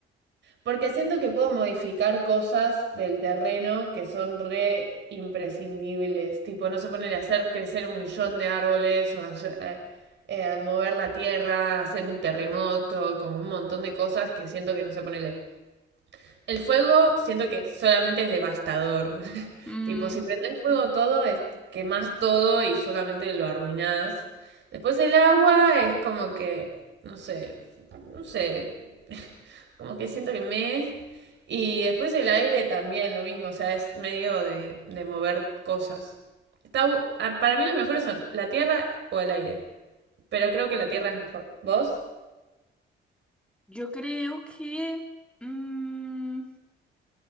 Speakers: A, on the right (about 65°); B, in the centre.
A: Porque siento que puedo modificar cosas del terreno que son re imprescindibles. Tipo, no se poner a hacer crecer un millón de árboles o a, a- eh, a mover la tierra, hacer un terremoto, como un montón de cosas que siento que no se ponele. El fuego siento que solamente es devastador.
B: Mm,
A: Tipo, si prendés fuego todo, es, quemás todo y solamente lo arruinás. Después el agua es como que, no sé, no sé, <laughs> como que siento que me... Y después el aire también lo mismo, o sea, es medio de, de mover cosas. Está, bu- a- para mí los mejores son la tierra o el aire, pero
B: Mm.
A: creo que la tierra es mejor. ¿Vos?
B: yo creo que... mm,